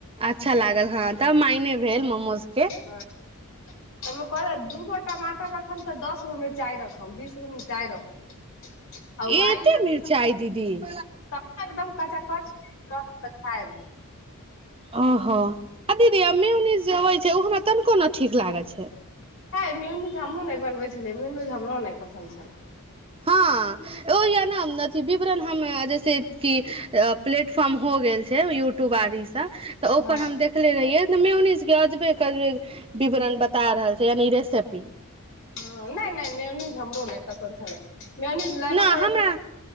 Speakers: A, on the right; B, on the left.
A: अच्छा लागल हँ, तब मायने भेल मोमोज के
B: हँ कहलौं दू गो टमाटर रखबऽ दश गो मिर्चाइ रखब बीस गो मिरचाइ रखब आ उबालि
A: एते
B: लेब
A: मिरचाइ दीदी <inaudible>
B: तब एकदम कचाकच रहत तऽ खायब
A: ओहो आ दीदी मोयोनीज जे होइ छै ओ हमरा तनिको ने ठीक लागै छै।
B: हे मियोनीज हमहू नहि बनबै छलियै मियोनीज हमरो नहि पसन्द छलै।
A: हँ ओ य न अथी विवरण हम जैसे की प्लेटफारम हो गेल छै यूट्यूब आर ई तऽ ओहिपर
B: हँ
A: हम देख देखले रहिये मोयोनीज के अजबे के अजबे विवरण बता रहल छै, यानि रेसिपी
B: ह नय - नय मियोनीज हमरो नहि पसन्द छलै, मियोनीज लाइवो
A: न
B: करै
A: हमरा
B: छलियै,